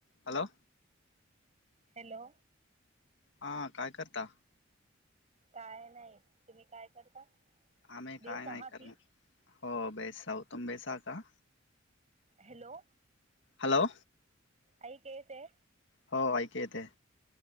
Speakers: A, on the left; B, on the right.
A: Hello.
B: Hello.
A: हा काय करता?
B: काय नाही तुम्ही काय करता?
A: आमही
B: बेसहा
A: काय नाही करणार
B: की
A: हो बेस जाऊ तुम् बेस का.
B: हॅलो.
A: हॅलो.
B: अई केस आहे.
A: हो ऐक येते.